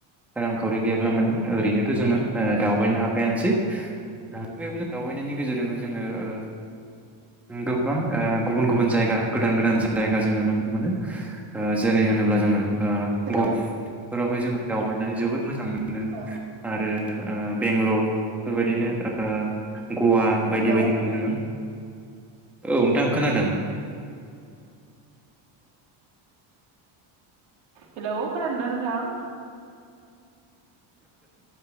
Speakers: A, in the centre; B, on the right.
A: रांखावरि गैयाब्ला
B: उम
A: माने ओरैनोथ' जोङो ओ दावबायनो हाखायानोसै <unintelligible> दावबायनायनि गेजेरजोंहाय जोङो ओ उम गोबां ओ गुबुन गुबुन जायगा गोदान गोदान जायगा जोङो नुनो मोनो ओ जेरै होनोब्ला जोङो ओ
B: हेलौ
A: गबि बेफोरावहाय जोङो दावबायनानै जोबोद मोजां मोनो
B: ओ
A: आरो ओ बेंगलर बेफोरबायदिनो ओ गवा बायदि
B: हेलौ
A: बायदिफ्राव जोङो औ नोंथां खोनादों
B: हेलौ खोनादोंना नोंथां?